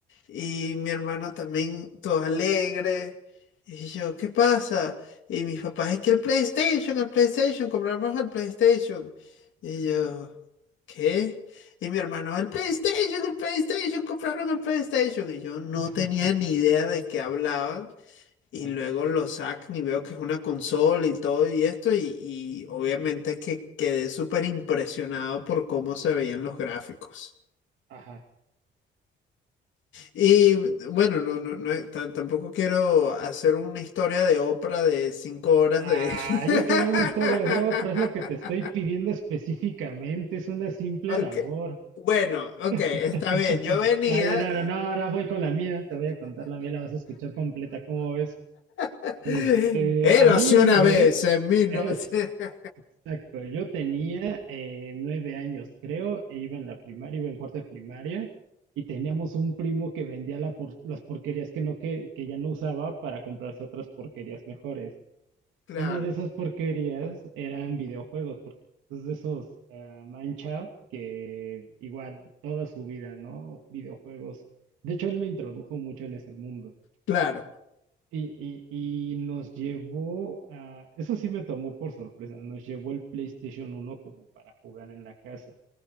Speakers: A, on the left; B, on the right.
A: y mi hermano también, todo alegre. Y yo, ¿qué pasa? Y mis papás, es que el PlayStation, el PlayStation, compramos el PlayStation. Y yo, ¿qué? Y mi hermano, el PlayStation, el PlayStation, compraron el PlayStation. Y yo no
B: <laughs>
A: tenía ni idea de qué hablaban. Y
B: Ah,
A: luego lo sacan y veo que es una consola y todo y esto. Y, y obviamente que quedé súper impresionado por cómo se veían los gráficos.
B: ajá.
A: Y bueno, no, no, no es- tan- tampoco quiero hacer una historia de Oprah de cinco horas
B: Ah,
A: de... <laughs>
B: yo quería mi historia de oh, pero es lo que te estoy pidiendo específicamente, es una simple
A: Ok.
B: labor.
A: Bueno, ok, está
B: <laughs>
A: bien. Yo venía...
B: No, ya no, ahora no, ahora voy con la mía, te voy a contar la mía, la vas a escuchar completa, ¿cómo ves?
A: <laughs>
B: Este,
A: Érase
B: a mí una
A: una
B: vez,
A: vez en mil
B: eras,
A: novecientos <laughs>
B: exacto, yo tenía eh, nueve años, creo, e iba en la primaria, iba en cuarto de primaria, y teníamos un primo que vendía la por- las porquerías que no, que, que ya no usaba para comprarse otras porquerías mejores.
A: Claro,
B: Una de esas porquerías eran videojuegos, porque es de esos ah, mancha que igual toda su vida, ¿no? Videojuegos. De hecho, él me introdujo mucho en ese mundo.
A: claro.
B: Y, y, y nos llevó a, eso sí me tomó por sorpresa, nos llevó el PlayStation uno como para jugar en la casa.